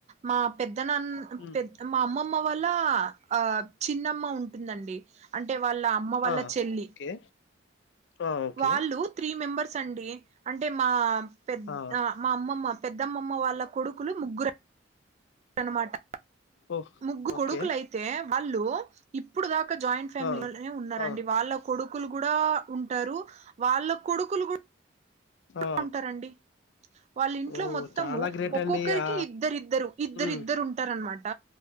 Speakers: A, on the right; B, on the left.
A: మా పెద్ ద్దనాన్
B: ఉమ్.
A: పె మా అమ్మమ్మ వాళ్ళ ఆ చిన్నమ్మ ఉంటుందండి అంటే వాళ్ ళ్ళ అమ్మ వాళ్ళ
B: ఆ
A: చెల్లి
B: ఓకే ఆ ఓకే
A: వాళ్ళు త్రీ మెంబర్స్ అండి అంటే మా పెద్ద
B: ఆ
A: మా అమ్మమ్మ పెద్దమ్మమ్మ వాళ్ళ కొడుకులు ముగ్గురం అన్నమాట
B: ఓ
A: ముగ్గురు
B: ఓకే
A: కొడుకులు అయితే వాళ్ళు ఇప్పుడు దాకా జాయింట్ ఫ్యామిలీనే
B: ఆ
A: ఉన్నారండి
B: ఆ
A: వాళ్ళ కో కొడుకులు కూడా ఉంటారు వాళ్ళ కొడుకులు కూ
B: ఆ
A: డా ఉంటారండి వాళ్ళ ఇంట్లో
B: ఓ
A: మొత్తము
B: చాలా గ్రేట్
A: ఒక్కొక్కరికి
B: అండి ఆ
A: ఇద్దరిద్దరు ఇద్దరిద్దరు
B: ఉమ్
A: ఉంటారనమాట